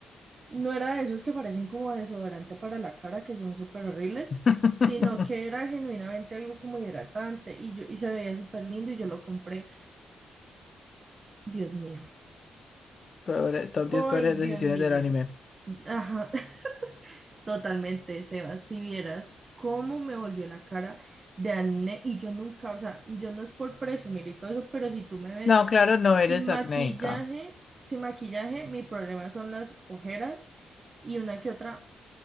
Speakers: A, on the right; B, on the left.
A: no era de esos que parecen como desodorante para la cara, que son súper horribles,
B: <laughs>
A: sino que era genuinamente algo como hidratante y yo y se veía súper lindo y yo lo compré. Dios mío.
B: Peore- top
A: Ay,
B: 10 peores
A: Dios
B: decisiones
A: mío.
B: del anime.
A: Ajá, <laughs> totalmente, Sebas, si vieras cómo me volvió la cara de acné y yo nunca, o sea, yo no es por presumir y todo eso, pero si tú me ves
B: No, claro, no eres
A: Sin maquillaje,
B: acnéica.
A: sin maquillaje, mi problema son las ojeras y una que otra